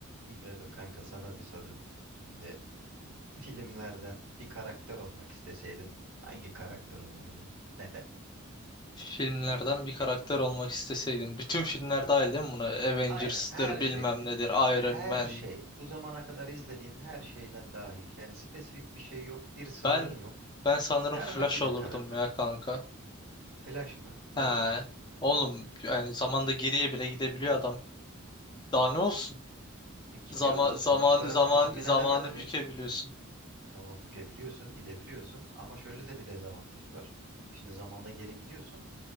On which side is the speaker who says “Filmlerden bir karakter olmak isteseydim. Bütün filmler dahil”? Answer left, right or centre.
Left